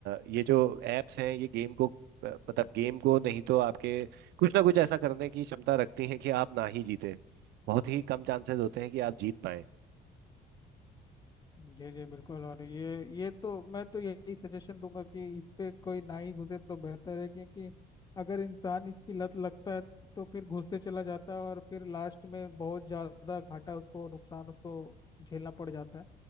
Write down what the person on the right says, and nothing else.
ये जो एप्स हैं ये गेम को अ, मतलब गेम को नहीं तो आपके कुछ ना कुछ ऐसा करने की क्षमता रखती हैं कि आप ना ही जीते बहुत ही कम चांसेस होते हैं कि आप जीत पाए